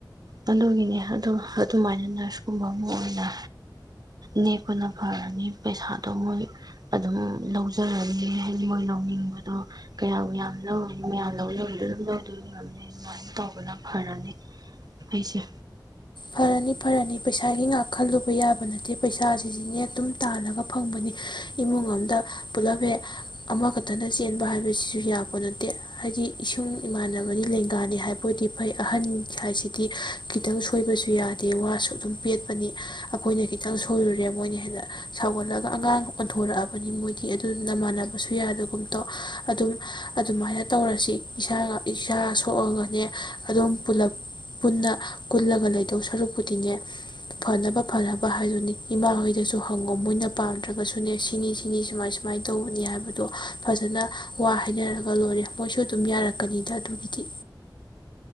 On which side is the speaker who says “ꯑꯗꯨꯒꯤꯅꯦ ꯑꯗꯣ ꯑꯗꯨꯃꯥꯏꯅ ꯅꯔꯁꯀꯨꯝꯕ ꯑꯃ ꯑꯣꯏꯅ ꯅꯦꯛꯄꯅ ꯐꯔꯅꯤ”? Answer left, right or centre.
Right